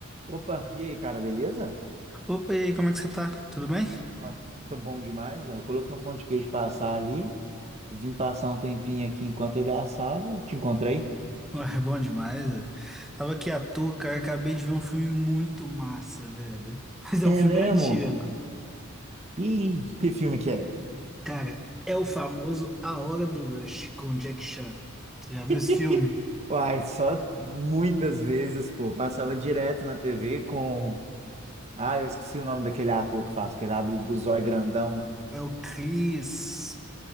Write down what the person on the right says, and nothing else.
Opa, e aí, cara, beleza?
Ué, tô bom demais. ó. Eu coloquei um pão de queijo pra assar ali. Vim passar um tempinho aqui enquanto ele assava. Te encontrei.
É
mesmo?
Ih, que filme que é?
<laughs>
Uai, só muitas vezes, pô. Passava direto na TV com. Ah, eu esqueci o nome daquele ator que faz, aquele lá do, do Zói Grandão.